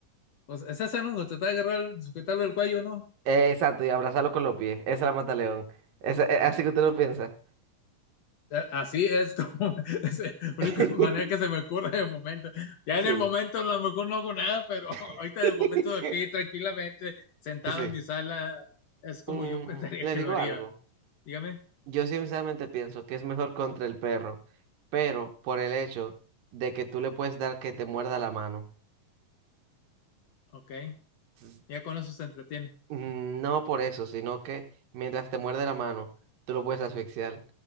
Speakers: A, on the left; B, on the right.
A: Pues esa es esa, ¿no? Tratar de agarrar, sujetarlo del cuello, ¿no?
B: Eh, exacto, y abrazarlo con los pies. Esa es la mata león. Esa, eh,
A: No,
B: así
A: no.
B: que usted lo piensa.
A: Así es como <laughs> es la única
B: <laughs>
A: manera que se me ocurre de momento. Ya
B: Sí,
A: en el momento a lo mejor no hago nada, pero <laughs>
B: <laughs>
A: ahorita en el momento aquí tranquilamente sentado
B: sí, sí.
A: en mi sala es como
B: Mm,
A: yo <laughs> pensaría
B: le
A: que
B: digo
A: lo haría.
B: algo.
A: Dígame,
B: Yo sinceramente pienso que es mejor contra el perro, pero por el hecho de que tú le puedes dar que te muerda la mano.
A: ok,
B: pues,
A: ya con eso se entretiene.
B: mm, No por eso, sino que mientras te muerde la mano, tú lo puedes asfixiar.